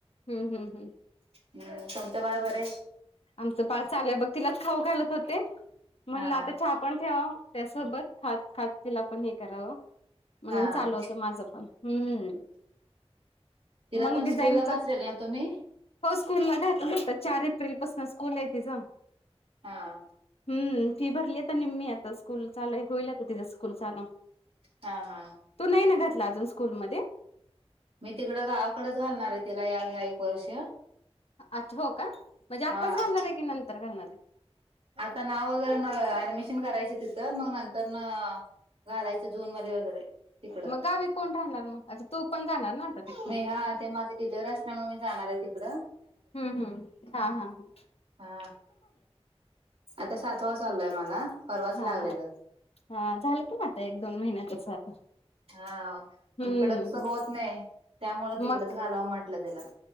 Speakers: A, on the left; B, on the right.
A: हम्म हम्म हम्म.
B: हम्म, तुमचं बाळ बर हे?
A: आमच बाळ चाललंय, बघ तिलाच खाऊ घालत होते. म्हणलं
B: हा
A: आता चहा पण ठेवाव त्यासोबत खात- खात तिला पण हे कराव. म्हणून
B: हा
A: चालू होतं माझं पण हम्म.
B: तिला
A: मग
B: पण
A: डिझाईनच
B: स्कूलला घातलय ना तुम्ही?
A: हो स्कूलला घातलं इथ चार एप्रिल पासून स्कूल आहे तिज.
B: हा.
A: हम्म फी भरली आता निम्मी आता स्कूल चालूय होईल आता तिच स्कूल चालू
B: हा हा.
A: तू नाही ना घातल अजून स्कूलमध्ये?
B: मी तिकडं गावाकडच घालणार आहे तिला ह्या ह्या एक वर्ष.
A: अच्छा हो का म्हणजे आत्ताच
B: हा
A: घालणार आहे की नंतर घालणार.
B: आता नाव वैगरे मग ऍडमिशन करायच तिथं मग नंतरन घालायच. जुन मध्ये वैगेरे तिकड
A: मग गावी कोण राहणार मग अच्छा तू पण जाणार ना आता तिकडं
B: नाही हा ते माझ तिकड डीलेवरी असल्यामुळे मी जाणार आहे तिकड
A: हम्म हम्म, हा हा हा.
B: हा आता सातवा चालू आहे मला परवाच
A: हा
B: लागलेलं.
A: हा झालं की मग आता एक दोन महिन्यातच आता
B: हा
A: हम्म
B: इकडं कसं होत नाही त्यामुळे तिकडच
A: मग
B: घालावं म्हटलं तिला.